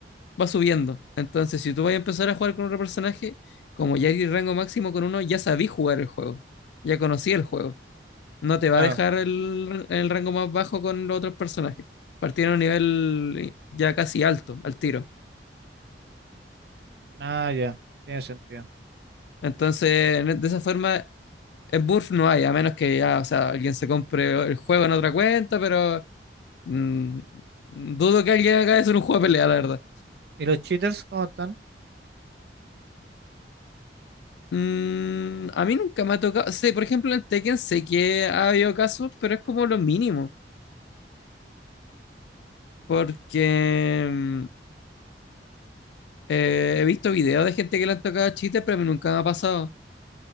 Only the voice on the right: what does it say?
Claro.
Ah, ya. Tiene sentido.
¿Y los cheaters cómo están?